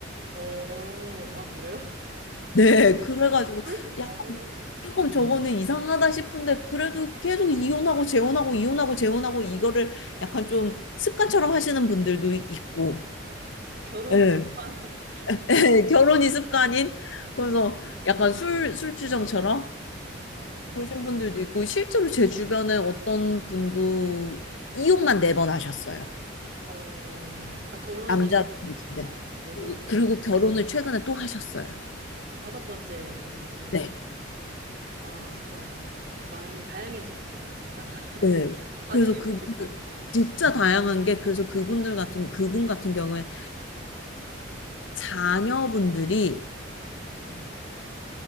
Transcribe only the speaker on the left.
네, 그래가지고
약간
조금 저거는 이상하다 싶은데 그래도 계속 이혼하고 재혼하고 이혼하고 재혼하고 이거를 약간 좀 습관처럼 하시는 분들도 있고,
예,
<laughs> 예, 결혼이 습관인 그래서 약간 술 술주정처럼
그러신 분들도 있고 실제로 제 주변에 어떤 분도 이혼만 네 번 하셨어요.
남자분이신데.
그리고
그리고 결혼을 최근에 또 하셨어요.
네.
네.
그래서 그분들
진짜 다양한 게 그래서 그분들 같은 그분 같은 경우에는 자녀분들이